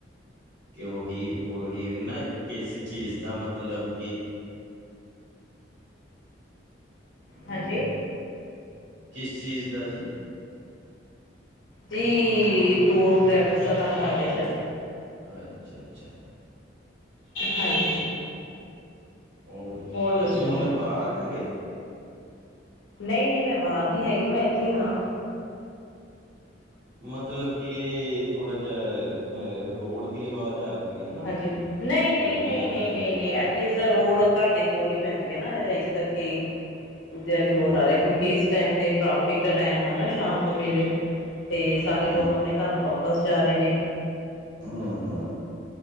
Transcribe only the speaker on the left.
ਹਾਂਜੀ।
ਜੀ ਟੂਰ ਟਰੈਵਲਸ ਦਾ ਕੰਮ ਕਰਦੇ ਆ ਸਾਡੇ
ਹਾਂਜੀ।
ਹੋਰ ਦੱਸੋ
ਨਈ-ਨਈ ਮੈਂ ਬਾਹਰ ਨਹੀਂ ਹੈਗੀ, ਮੈਂ ਇੱਥੇ ਹੀ ਹਾਂ।
ਹਾਂਜੀ। ਨਹੀਂ, ਨਹੀਂ,
ਨਹੀਂ, ਨਹੀਂ,
ਨਹੀਂ,
ਨਹੀਂ ਐਟਲੀਸਟ ਰੋਡ ਘਰ ਦੇ ਕੋਲ ਹੀ ਪੈਂਦੀ ਹੈ ਨਾ। ਇਸ ਕਰਕੇ ਸ਼ੋਰ ਆ
ਰਿਹਾ ਕਿਉਂਕਿ
ਇਸ ਟਾਈਮ ਤੇ ਟ੍ਰੈਫਿਕ ਦਾ ਟਾਈਮ ਆ ਨਾ ਸ਼ਾਮ ਦੇ ਵੇਲੇ ਤੇ ਸਾਰੇ ਲੋਕ
ਆਪਣੇ ਘਰ ਨੂੰ ਵਾਪਸ ਜਾ ਰਹੇ ਨੇ।